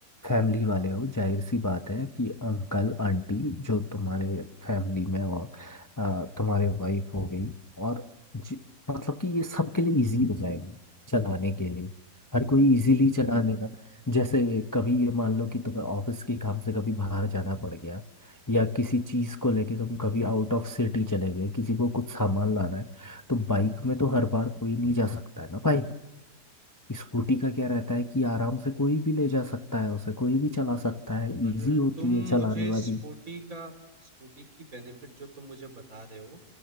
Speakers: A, on the left; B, on the right.
A: फैमिली वाले
B: हाँ।
A: हो जाहिर सी बात है कि अंकल आंटी जो तुम्हारे फैमिली में हो आ, तुम्हारे वाइफ हो गई और जी, मतलब कि ये सबके लिए इजी हो जाएगा चलाने के लिए हर कोई इजीली चला लेगा जैसे कभी ये मान लो कि तुम्हें ऑफिस के काम से कभी बाहर जाना पड़ गया या किसी चीज़ को लेके तुम कभी आउट ऑफ सिटी चले गए किसी को कुछ सामान लाना है तो बाइक में तो हर बार कोई नहीं जा सकता है ना भाई स्कूटी का क्या रहता है कि आराम से कोई भी ले जा सकता है उसे कोई भी चला सकता है
B: पर
A: इजी होती
B: तुम
A: है चलाने
B: मुझे
A: में
B: स्कूटी
A: भी
B: का स्कूटी की बेनिफिट जो तुम मुझे बता रहे हो